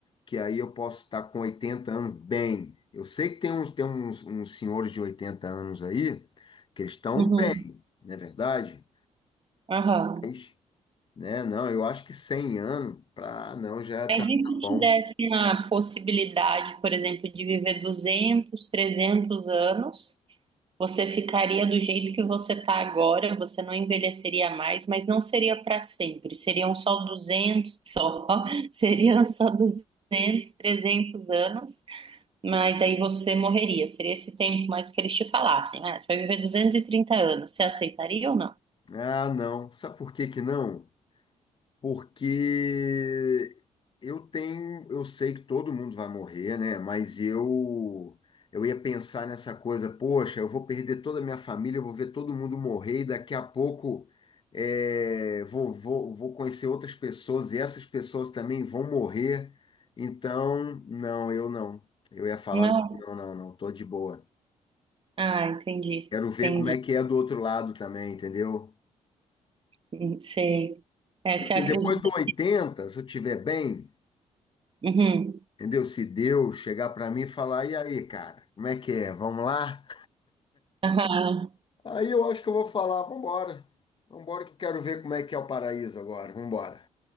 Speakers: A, on the left; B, on the right.
A: que aí eu posso estar com 80 anos bem. Eu sei que tem uns, tem uns, uns senhores de 80 anos aí que eles estão
B: uhum,
A: bem, não é verdade?
B: aham.
A: Mas né? Não, eu acho que 100 anos, pra, "Ah, não, já
B: Mas
A: tá,
B: e
A: tá bom.
B: se te dessem a possibilidade, por exemplo, de viver 200 300 anos? Você ficaria do jeito que você está agora, você não envelheceria mais, mas não seria para sempre. Seriam só 200 só. <laughs> Seriam só 200, 300 anos, mas aí você morreria. Seria esse tempo mais que eles te falassem. Ah, você vai viver 230 anos. Você aceitaria ou não?
A: Ah, não. Sabe por que que não? Porque eu tenho, eu sei que todo mundo vai morrer, né? Mas eu eu ia pensar nessa coisa, poxa, eu vou perder toda a minha família, eu vou ver todo mundo morrer e daqui a pouco é, vou, vou, vou conhecer outras pessoas e essas pessoas também vão morrer. Então, não, eu não. Eu ia falar,
B: Não?
A: não, não, não, não, tô de boa.
B: Ah, entendi.
A: Quero ver
B: Entendi.
A: como é que é do outro lado também, entendeu?
B: Hum, Sei.
A: Tipo
B: É, você
A: assim,
B: acredita?
A: depois do 80, se eu estiver bem,
B: Uhum.
A: entendeu? Se Deus chegar pra mim e falar, e aí, cara, como é que é? Vamos lá?
B: Aham.
A: Aí eu acho que eu vou falar, vambora. Vambora que eu quero ver como é que é o paraíso agora, vambora.